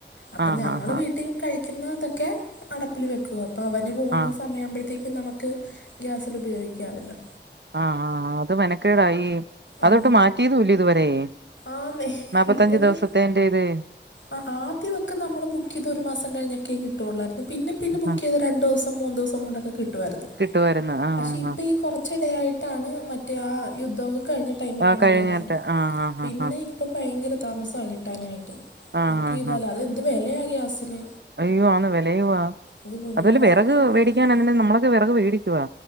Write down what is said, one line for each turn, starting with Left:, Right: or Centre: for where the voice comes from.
Left: അപ്പം
Right: ആഹ്
Left: ഞങ്ങൾ
Right: ആഹ് ആഹ്
Left: വീട്ടി കഴിക്കുന്ന ഇതൊക്കെ അടപ്പിൽ വെക്കുക അപ്പോ അവന് പോകുന്ന
Right: ആഹ്
Left: സമയ ആവുമ്പോഴത്തേക്കും നമുക്ക് ഗ്യാസിൽ ഉപയോഗിക്കാവല്ലോ
Right: ആഹ് ആ് അത് മെനക്കേടായി അതൊട്ട്
Left: ആ
Right: മാറ്റിയതൂല്ല ഇതുവരെ
Left: ആന്നേ
Right: നാപ്പത്തഞ്ച്
Left: എന്തൊരു
Right: ദിവസത്തേൻ്റേത്
Left: ആ ആദ്യവൊക്ക നമ്മള് ബുക്കീത് ഒരു മാസം കഴിഞ്ഞൊക്കെ കിട്ടുവയുള്ളായിരുന്നു പിന്നെ പിന്നെ ബുക്കീയ്ത
Right: ആഹ്
Left: രണ്ടു ദിവസം മൂന്നദിവസം കൊണ്ടൊക്കെ കിട്ടുവായിരുന്നു
Right: കിട്ടുവായിരുന്നു ആഹ്
Left: പക്ഷേ ഇപ്പ കൊറച്ചിടയായിട്ടാണ് മറ്റേ ആ യുദ്ധ കഴിഞ്ഞ ടൈമിലാണെന്ന്
Right: ആഹ് കഴിഞ്ഞിട്ട്
Left: തോന്നുണു
Right: ആഹ് ആഹ്
Left: പിന്നെ
Right: ആഹ് ആഹ്
Left: ഈ ഇപ്പൊ ഭയങ്കര താമസാ കിട്ടാനായിട്ട്
Right: ആഹ്
Left: ബുക്കീതയ്താലതെന്തു
Right: ആഹ് ആഹ്
Left: വിലയാ ഗ്യാസിന്
Right: അയ്യോ ആന്ന് വെലയുവാ
Left: ഇത് കുഞ്ഞുങ്ങളെയൊക്കെ
Right: അതുവല വെറക്
Left: കൊണ്ട്
Right: വേടിക്കാനാനേങ്കിലേ
Left: പണി
Right: നമ്മളൊക്കെ വെറക് വേടിക്കുവാ